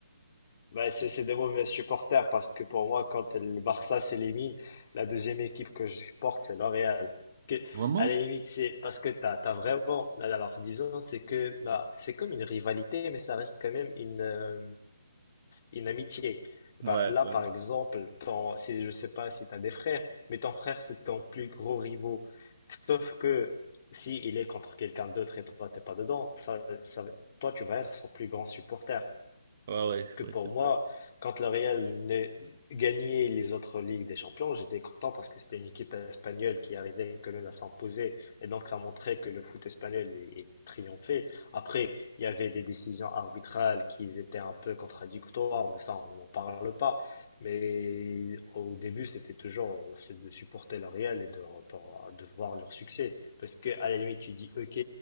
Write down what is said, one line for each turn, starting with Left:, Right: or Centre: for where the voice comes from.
Left: Bah, c'est c'est des mauvais supporters parce que pour moi, quand le Barça s'élimine, la deuxième équipe que je supporte, c'est l'Oréal. Que,
Right: Vraiment?
Left: à la limite, c'est parce que t'as, t'as vraiment, alors disons, c'est que, bah, c'est comme une rivalité, mais ça reste quand même une, euh, une amitié.
Right: Ouais,
Left: Bah, là,
Right: ouais,
Left: par exemple, ton, si, je sais pas si t'as des frères, mais ton frère, c'est ton plus gros rivaux Sauf que si il est contre quelqu'un d'autre et toi, t'es pas dedans, ça, ça, toi, tu vas être son plus grand supporter.
Right: ouais, ouais,
Left: Parce
Right: ouais,
Left: que pour
Right: c'est
Left: moi,
Right: vrai.
Left: quand le Real venait gagner les autres Ligues des Champions, j'étais content parce que c'était une équipe espagnole qui arrivait quand même à s'imposer. Et donc, ça montrait que le foot espagnol est, est triomphé. Après, il y avait des décisions arbitrales qui étaient un peu contradictoires, mais ça, on n'en parle pas. Mais au début, c'était toujours euh, c'est de supporter le Real et de, pour- de voir leur succès. Parce que, à la limite, tu dis, OK,